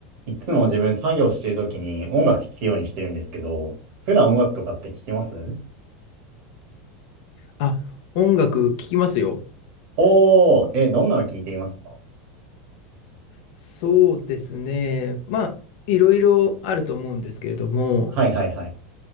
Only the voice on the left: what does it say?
あ、音楽聴きますよ。
そうですね。まあ、いろいろあると思うんですけれども、